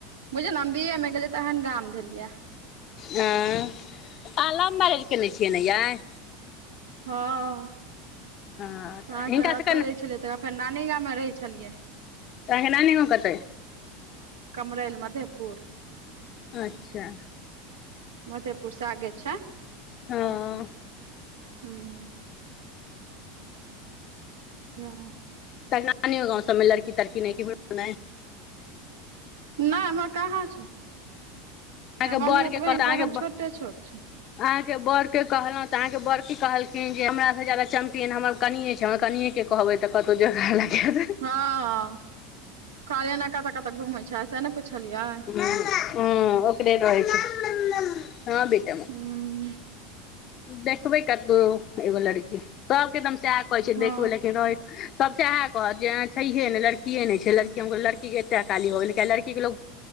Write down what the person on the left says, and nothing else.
ऐं? अहाॅं लव मैरेज केने छियै न यैइ?
हँ
तऽ हिनका सबके
ने तऽ
त आहाॅंक नानी गाँव कतैय अइ?
अच्छा।
हँ।
त नानीओ गाॅंव सबमे लड़की-तड़की नहि किम्हरो ने।
अहाँके
बड़के कहलक
अहाँके
अहाँके बऽड़ के कहलहुँ तऽ अहाँके बऽड़ की कहलखिन जे हमास से जाादा चैम्पियन हमर कनिये छै हमरा कनियेके कहबै तऽ कतहुॅं जोगार लगा देत।
ह हँ ओकरे रहै छै, हँ बेटा।
देखबै कतहुॅं एगो लड़की सब केतऽ हम सएह कहै छि
देखबै लेकिन रहय सब सेऽहे कहत जे ऐं छईहे नै लड़किये नै छै लड़की हम कहलिय लड़की के एत्ते अकाली हो गेलये। किया लड़की के लोग